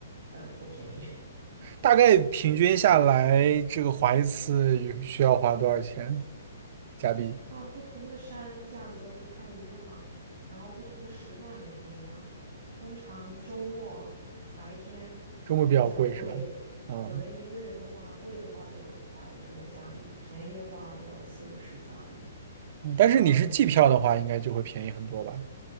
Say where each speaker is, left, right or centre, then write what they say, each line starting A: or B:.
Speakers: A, on the right; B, on the right.
A: 呃不便宜。
B: 大概平均下来，这个滑一次有需要花多少钱加币？
A: <laughs> 啊，不同的山价格不太一样，然后不同的时段也不一样。通常周末白天会比较贵，
B: 中国比较贵是吧？啊、
A: 可能一个人的话，贵的话也要一百多加币，便宜的话也要四五十加币。
B: 嗯，但是你是季票的话，
A: 嗯。
B: 应该就会便宜很多吧？